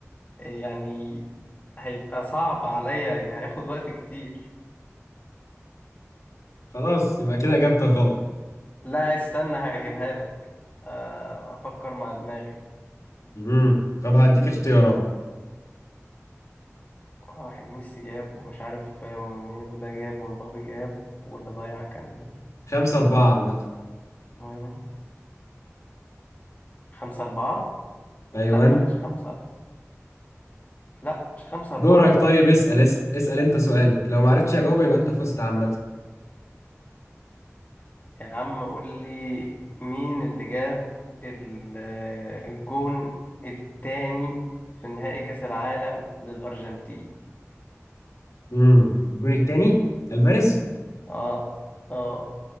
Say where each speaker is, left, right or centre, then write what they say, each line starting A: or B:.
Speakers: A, on the left; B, on the left.
A: يعني هيبقى صعب عليا يعني هياخد وقت كتير
B: خلاص يبقى كده اجابتك غلط
A: لا استنى هجيبها لك آه، افكر مع دماغي
B: امم طب هديك اختيارات
A: واحد ميسي جاب ومش عارف مونيرو ده جاب ومبابي جاب واللي ضيع كان
B: خمسة أربعة عامة
A: مين؟ خمسة أربعة
B: أيوان
A: لا ما كانش خمسة لا مش خمسة
B: دورك
A: أربعة لا
B: طيب اسأل اسأل اسأل أنت سؤالك لو ما عرفتش أجاوبه يبقى أنت فزت عامة
A: يا عم قول لي مين اللي جاب ال- الجون التاني في نهائي كأس العالم للأرجنتين
B: امم الجون التاني ألفاريز
A: اه اه